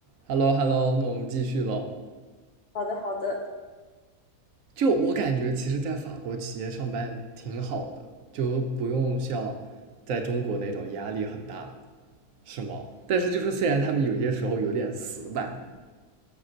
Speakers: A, on the right; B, on the left.
A: h e l l o h e l l o 那我们继续喽。
B: 好的，好的，
A: 就我感觉，其实，在法国企业上班挺好的，就不用像在中国那种压力很大，是吗？但是就是虽然他们有些时候有点死板